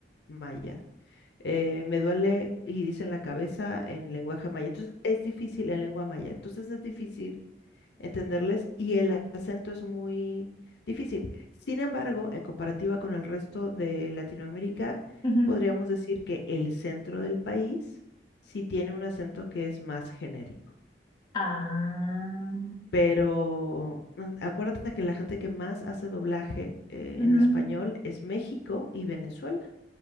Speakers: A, on the left; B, on the left.
A: maya. Eh, me duele y dicen la cabeza en lenguaje maya. Entonces es difícil en lengua maya. Entonces es difícil entenderles y el acento es muy difícil. Sin embargo, en comparativa con el resto de Latinoamérica,
B: Ujú.
A: podríamos decir que el centro del país sí tiene un acento que es más genérico.
B: Ah,
A: Pero mm, acuérdate que la gente que más hace doblaje eh,
B: ujú.
A: en español es México y Venezuela.